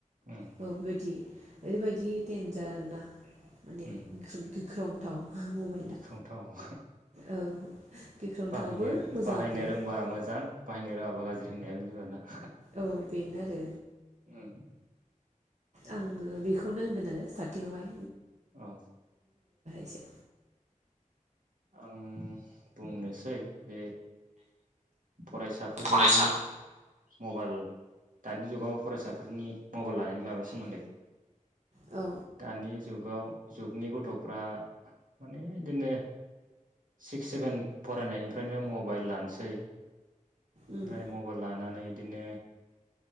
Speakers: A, on the right; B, on the right.
A: उम
B: औ बेबायदि ओरैबायदि देन्जार आरो ना माने
A: उम
B: <unintelligible> गिख्रंथाव। मबाइला
A: गिख्रंथाव
B: औ गिख्रंथावबो
A: बाहायनो
B: मोजांबो
A: बाहायनो रोंबा मोजां बाहायनो रोङाबा गाज्रि। होननाया बिनो जाबाय।
B: औ बेनो आरो।
A: उम
B: आङो बेखौनो होनगोन आरो स्टार्टिं आवहाय।
A: औ।
B: एसे
A: आं बुंनोसै बे फरायसाफोरनि।
B: फरायसा
A: मबाइल दानि जुगाव फरायसाफोरनि मबाइल लानायनि माबा सोमोन्दै
B: औ
A: दानि जुगाव जुगनि गथ'फ्रा माने बिदिनो सिक्स सेभेन फरायनायनिफ्रायनो मबाइल लानोसै। ओमफ्राय
B: उम
A: मबाइल लानानै दिनो